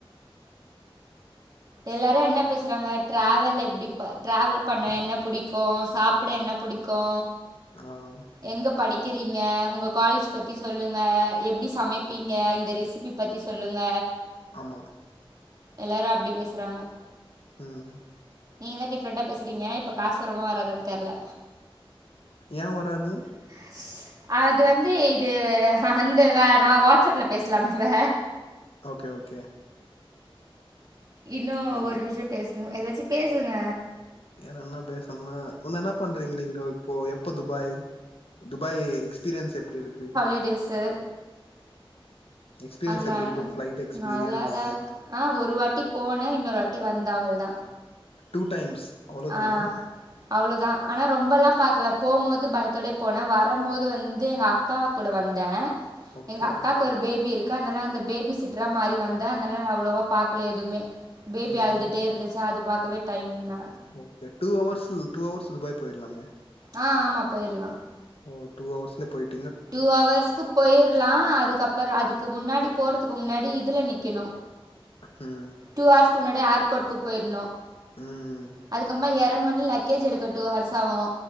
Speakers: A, on the right; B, on the left.
A: எல்லாரு என்ன பேசுறாங்க ட்ராவல் எப்டி ப ட்ராவல் பண்ண என்ன பிடிக்கோ சாப்ட என்ன புடிக் கோ
B: ஆவ்
A: எங்க படிக்கிறீங்க உங்க காலேஜ் பத் தி சொல்லுங்க எப்டி சமைப்பீங்க இந்த ரெசிபி பத்தி சொல்லுங்க
B: ஆமா
A: எல்லாரு அப்டி பேசுறாங்க
B: ம்
A: நீங்க தா டிஃப்ரண்டா பேசுறீங்க இப்ப காசு வருமா வராதான் தெர்ல
B: ஏ வராது
A: <inaudible> அது வந்து இது அந்த வ நா வாட்ஸ்அப்ல பேசலானுங்க
B: ஓக்கே ஓக்கே
A: இன்னோ
B: என்
A: ஒரு நிம்ஷோ பேசணு ஏதாச்சு பேசுங்க
B: ஏன் என்ன பேசன்மா உன்ன என்ன பண்றீங்க இங்க இப்போ எப்ப துபாய் துபாய் எக்ஸ்பீரியன்ஸ் எப்டி இருக்கு
A: இ டேசு
B: எக்ஸ்பீரியன்ஸ்
A: அன்னால
B: எப்டி இருக்கு ஃப்ளைட் எக்ஸ்பீரியன்ஸ்
A: நல்லா தா இருக்கு ஆ ஒரு வாட்டி போன இன்னொரு வாட்டி வந்த அவள் தா
B: டூ டைம்ஸ் அவ்ளோதானா
A: ஆ அவ்வளோதா ஆனா ரொம்பல்லா பாக்கல போம் போது பயத்தோடே போனே வரம் போது வந்து எங்க அ க்கா கூட வந்த
B: ஓகே
A: எங்க அக்காக் கு ஒரு பேபி இருக்கு அன்னால அந்த பேபி சிட்ரா மாறி வந்தா அன்னால அவ்வளோவா பாக்கல எதுமே பேபி
B: ம்
A: அழுதுட்டே இருந்துச்சா அது பாக்கவே டைம்னா
B: ஓக்கே டூ அவர்ஸுல் டூ அவர்ஸ் துபாய் போயிர்லாமே
A: ஆ ஆமா போயிர்லா
B: ஓ டூ அவர்ஸ்ல போய்
A: டூ அவர்ஸ்க்கு போயிர்லா அதுக்கப்பறோ அதுக்கு முன்னாடி போறதுக்கு முன்னாடி இதுல நிக்கணு
B: ம்
A: டூ ஹார்ஸ்க்கு முன்னாடி ஏர்போர்ட்க்கு போயிருனு
B: ம்
A: அதுக்குமுன்ன எறங்குனோனே லக்கேஜ் எடுக்க டூ ஹார்ஸ் ஆவு